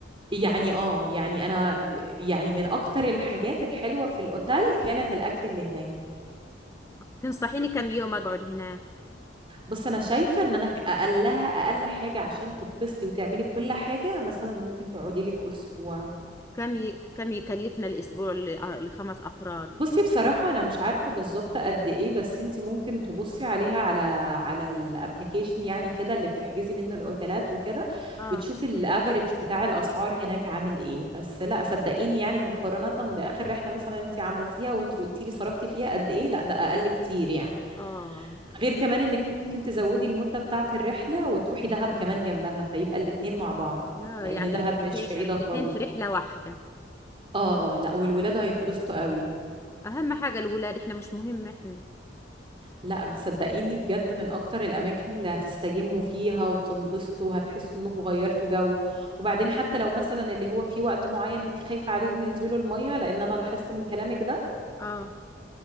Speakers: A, on the right (about 30°); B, on the left (about 15°).
A: يعني اه يعني أنا يعني من أكتر الحاجات الحلوة في الأوتيل كانت الأكل اللي هناك
B: تنصحيني كم يوم أقعد هناك
A: بص أنا شايفة إن أنا ك- أقلها أقل حاجة عشان تتبسطي وتعملي كل حاجة مثلا ممكن تقعدي لك أسبوع
B: كم ي... كم يكلفنا الأسبوع ل... آه، لخمس أفراد
A: بصي بصراحة أنا مش عارفة بالظبط قد إيه بس أنتي ممكن تبصي عليها على على الابليكيشن يعني كده اللي بتحجزي منه الأوتيلات وكده
B: اه
A: وتشوفي الأفريج بتاع الأسعار هناك عامل إيه بس لا صدقيني يعني مقارنة بآخر رحلة مثلا أنتي عملتيها وأنتي قلتي لي صرفتي فيها قد إيه لا ده أقل كتير يعني
B: اه
A: غير كمان إنك ممكن تزودي المدة بتاعة الرحلة وتروحي دهب كمان جنبها فيبقى الاتنين مع بعض
B: يا
A: لأن
B: يعني
A: دهب
B: رحلتين
A: مش بعيدة
B: رحلتين
A: خالص
B: في رحلة واحدة
A: آه آه لا والولاد هيتبسطوا قوي
B: اهم حاجه الولاد احنا مش مهم احنا
A: لا بصدقيني بجد من اكتر الاماكن اللي هتستجموا فيها وتنبسطوا هتحسوا انكم غيرتوا جو وبعدين حتى لو مثلا اللي هو في وقت معين انت خايفة عليهم ينزلوا المية لان انا لاحظت من كلامك ده
B: اه